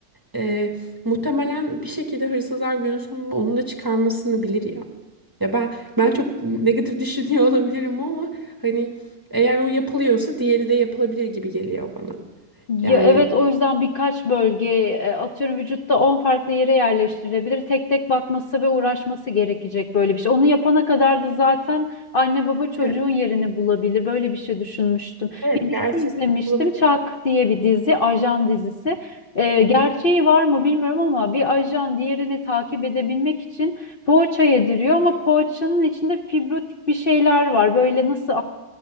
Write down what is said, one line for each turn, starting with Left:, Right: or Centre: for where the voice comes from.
Right: E, muhtemelen bir şekilde hırsızlar günün sonunda onu da çıkarmasını bilir ya. Ya ben ben çok negatif <laughs> düşünüyor olabilirim ama hani eğer o yapılıyorsa diğeri de yapılabilir gibi geliyor bana.
Left: Ya
Right: Yani
Left: evet o yüzden birkaç bölge e, atıyorum vücutta 10 farklı yere yerleştirilebilir. Tek tek bakması ve uğraşması gerekecek böyle bir şey. Onu yapana kadar da zaten anne baba çocuğun
Right: evet,
Left: yerini bulabilir. Böyle bir şey düşünmüştüm.
Right: evet
Left: Bir dizi
Right: gerçi
Left: izlemiştim.
Right: olabilir.
Left: Çak diye bir dizi, ajan dizisi. E,
Right: Hı
Left: gerçeği
Right: hı.
Left: var mı bilmiyorum ama bir ajan diğerini takip edebilmek için poğaça yediriyor ama poğaçanın içinde fibrotik bir şeyler var. Böyle nasıl